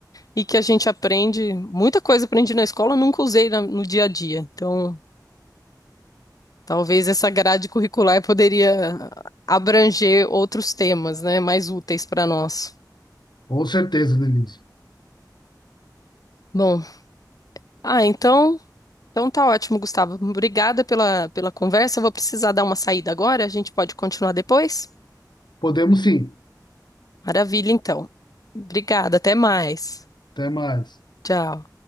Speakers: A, on the left; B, on the left.
A: e que a gente aprende, muita coisa aprendi na escola, eu nunca usei na- no dia a dia. Então, talvez essa grade curricular poderia abranger outros temas, né, mais úteis para nós.
B: Com certeza, Denise.
A: Bom, ah, então, então tá ótimo, Gustavo. Obrigada pela pela conversa. Eu vou precisar dar uma saída agora, a gente pode continuar depois?
B: Podemos sim.
A: Maravilha, então. Obrigada, até mais.
B: Até mais.
A: Tchau.